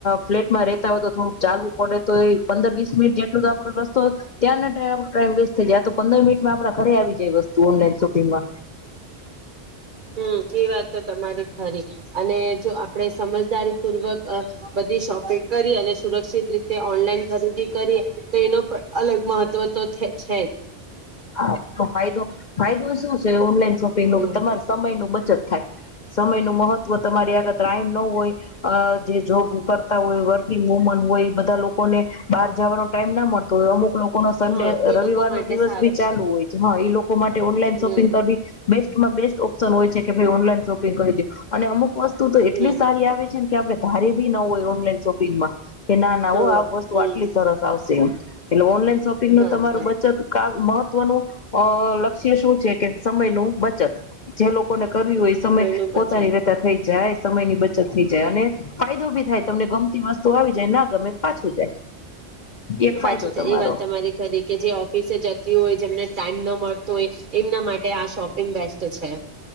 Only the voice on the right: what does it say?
હમ્મ, એ વાત તો તમારી ખરી અને જો આપણે સમજદારીપૂર્વક અ બધી શોપિંગ કરીએ અને સુરક્ષિત રીતે ઓનલાઈન ખરીદી કરીએ તો એનો પણ અલગ મહત્વ તો છે જ.
હમ
હા એ
લોકો માટે
સારું
હમ
હમ
હા
હમ
હા
હા
નો બચાવ
પાછી
તો એ વાત તમારી ખરી કે જે ઓફિસે જત તી હોય જેમને ટાઈમ ન મળતો હોય એમના માટે આ શોપિંગ બેસ્ટ. તો છે.